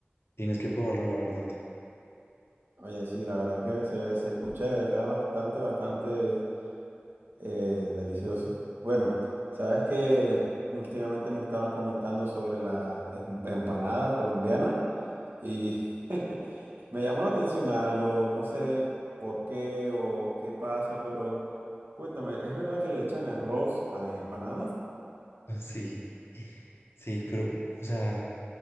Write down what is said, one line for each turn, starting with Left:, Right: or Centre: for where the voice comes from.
Left: Tienes que probarla, la verdad.
Right: Oye, sí, la verdad que se, ve- se escucha de verdad bastante, bastante eh, delicioso. Bueno, sabes que últimamente me estaban comentando sobre las em- empanadas colombianas y <laughs> me llamó la atención algo, no sé por qué o qué pasa, pero cuéntame, ¿es verdad que le echan arroz a las empanadas?
Left: Sí, sí, pero, o sea,